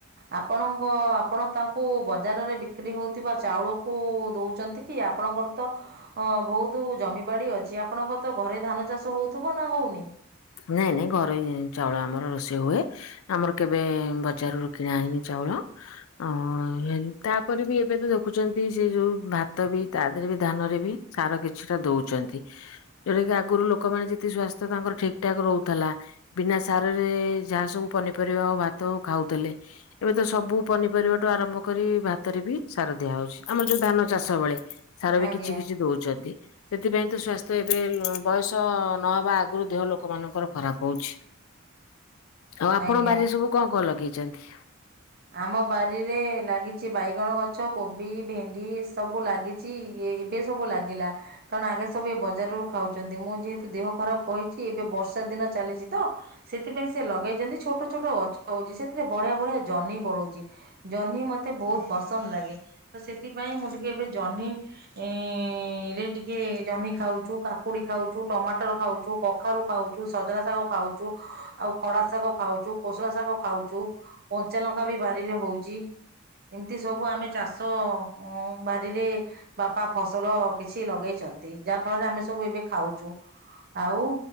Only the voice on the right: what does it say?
ଆପଣଙ୍କ ଆପଣ ତାଙ୍କୁ ବଜାରରେ ବିକ୍ କ୍ରି ହଉଥିବା ଚାଉଳକୁ ଦଉଚନ୍ତି କି? ଆପଣଙ୍କର ତ ଅ ବହୁତ ଜମିବାଡି ଅଛି ଆପଣଙ୍କର ତ ଘରେଇ ଧାନ ଚାଷ ହଉଥିବ ନା ହଉନି?
ଆଜ୍ଞା
ଆଜ୍ଞା।
ଆମ ବାରିରେ ଲାଗିଚି ବାଇଗଣ ଗଛ, କୋବି, ଭେଣ୍ଡି ଏସବୁ ଲାଗିଚି ଏ ଏବେ ସବୁ ଲାଗିଲା। କାରଣ ଆଗେ ସବୁ ଏ ବଜାରରୁ ଖାଉଚନ୍ତି, ମୁଁ ଯେହେତୁ ଦେହ ଖରାପ କହିଚି ଏବେ ବ ର୍ଷା ଦିନ ଚାଲିଚି ତ, ସେତିପାଇଁ ସେ ଲଗେଇଚନ୍ତି ଛୋଟ ଛୋଟ ଗଛ ହଉଚି, ସେଥିରେ ବଢିଆ ବଢିଆ ଜହ୍ନି ଫଳଉଚି। ଜହ୍ନି ମତେ ବହୁତ୍ ପସନ୍ଦ ଲାଗେ ତ ସେଥିପାଇଁ ମୁଁ ଟିକେ ଏବେ ଜହ୍ନି ଏଁ ରେ ଟିକେ ଜହ୍ନି ଖାଉଚୁ, କାକୁଡି ଖାଉଚୁ, ଟମାଟର ଖାଉଚୁ, କଖାରୁ ଖାଉଚୁ, ସଜନା ଶାଗ ଖାଉଚୁ, ଆଉ ଖଡା ଶାଗ ଖାଉଚୁ, କୋଷଳା ଶାଗ ଖାଉଚୁ କଞ୍ଚାଲଙ୍କା ବି ବାରିରେ ହଉଚି ଏମତି ସବୁ ଆମେ ଚାଷ ଉଁ ବାରିରେ ବାପା ଫସଲ କିଛି ଲଗେଇଛ ଛନ୍ତି। ଯାହାଫଳରେ ଆମେ ସବୁ ଏବେ ଖାଉଛୁ। ଆଉ